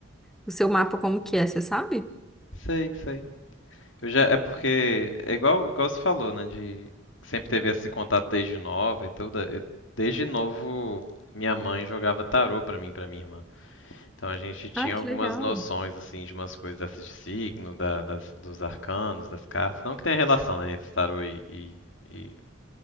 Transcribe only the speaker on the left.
Sei, sei. Eu já, é porque é igual, igual você falou, né? De sempre teve esse contato desde nova e tudo. Eu- Desde novo, minha mãe jogava tarô pra mim, e pra minha irmã. Então a gente tinha
algumas
noções assim de umas coisas dessas de signo, da- das- dos arcanos, das cartas. Não que tenha relação, né, entre tarô e, e- e